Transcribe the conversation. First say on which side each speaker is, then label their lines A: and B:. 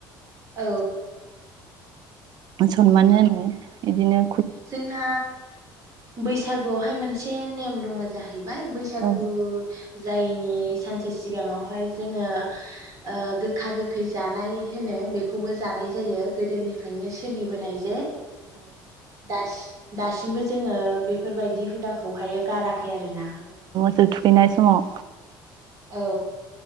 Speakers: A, on the right; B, on the right.
A: औ।
B: सनमान होनाय इदिनो।
A: जोंना बैसागुआवहाय मोनसे नेम दङ जाहै बाय बैसागु
B: औ
A: जायैनि सानसे सिगाङावहाय जोङो ओ गोखा गोखै जानाय। होनो बेखौबो जानाय जायो गोदोनिफ्रायनो सोलिबोनाय जे। दासिम दासिमबो जोङो बेफोरबायदि हुदाखौहायो गारा खै आरोना।
B: सौ थुखैनाय समाव।
A: औ।